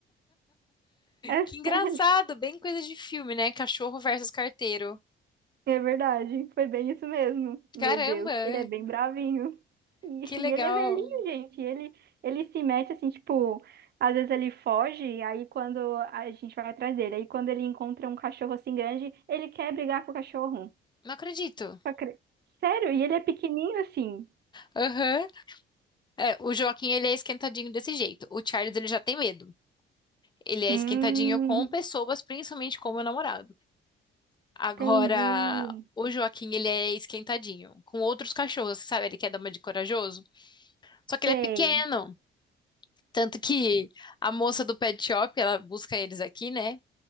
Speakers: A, on the right; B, on the left.
A: É
B: Que engraçado,
A: sério.
B: bem coisa de filme, né? Cachorro versus carteiro.
A: É verdade, foi bem isso mesmo. Meu
B: Caramba,
A: Deus, ele é bem bravinho. E,
B: que legal.
A: e ele é velhinho, gente. Ele, ele se mete assim, tipo, às vezes ele foge, aí quando a gente vai atrás dele, aí quando ele encontra um cachorro assim grande, ele quer brigar com o cachorro.
B: Não acredito.
A: Só cre- Sério, e ele é pequenininho assim.
B: Aham. É, o Joaquim, ele é esquentadinho desse jeito. O Charles, ele já tem medo. Ele é
A: Hum,
B: esquentadinho com pessoas, principalmente com o meu namorado. Agora,
A: entendi.
B: o Joaquim, ele é esquentadinho com outros cachorros, sabe? Ele quer dar uma de corajoso. Só que
A: Sei.
B: ele é pequeno. Tanto que a moça do pet shop, ela busca eles aqui, né?